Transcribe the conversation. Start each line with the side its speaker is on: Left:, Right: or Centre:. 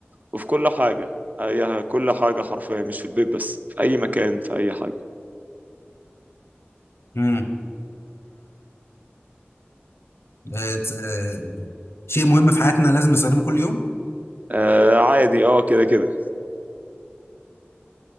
Right: وفي كل حاجه اي كل حاجه حرفيا مش في البيت بس في اي مكان في اي حاجه
Left: مم. بقت، آه، شيء مهم في حياتنا لازم نستخدمه كل يوم
Right: آه عادي اه كده كده